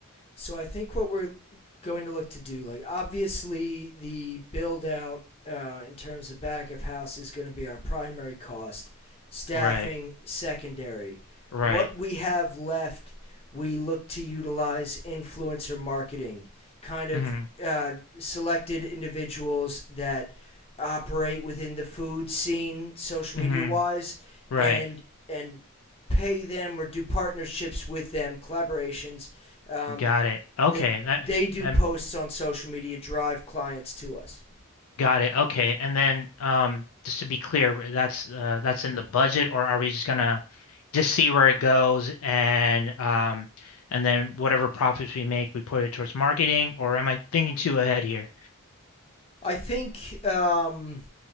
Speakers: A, on the left; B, on the left.
A: So I think what we're going to look to do, like obviously the build out uh, in terms of back of house is going to be our primary cost, staffing
B: right
A: secondary.
B: right
A: What we have left, we look to utilize influencer marketing, kind of
B: mm-hmm
A: uh, selected individuals that operate within the food scene, social
B: mm-hmm
A: media wise,
B: right
A: and and pay them or do partnerships with them, collaborations, um,
B: got it okay
A: that
B: that
A: they do
B: that
A: posts on social media drive clients to us.
B: got it okay and then um just to be clear that's uh, that's in the budget or are we just gonna just see where it goes and um and then whatever profits we make we put it towards marketing or am I thinking too ahead here
A: I think um,